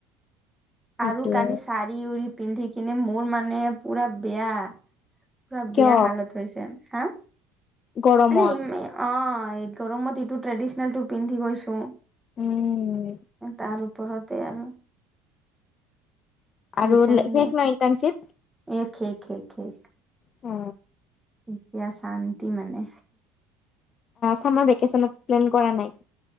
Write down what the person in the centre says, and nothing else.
আৰু কালি চাৰি-উৰি পিন্ধি কিনে, মোৰ মানে পুৰা বেয়া পুৰা
বেয়া হালত হৈছে। হা
মানে অ এই গৰমত ইটো ট্ৰেডিচনেল টো পিন্ধি গৈছো।
তাৰ ওপৰতে আৰু
এইকাৰণে।
এক এক এক এক
এতিয়া শান্তি মানে।